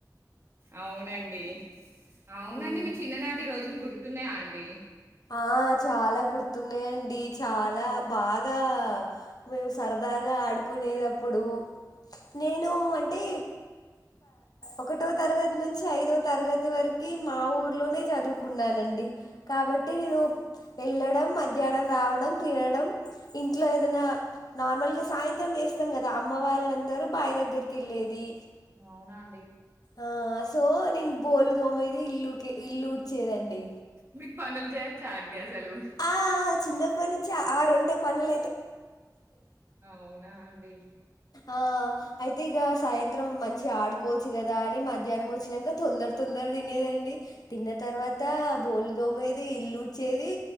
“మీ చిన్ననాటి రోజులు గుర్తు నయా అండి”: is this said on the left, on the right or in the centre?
Right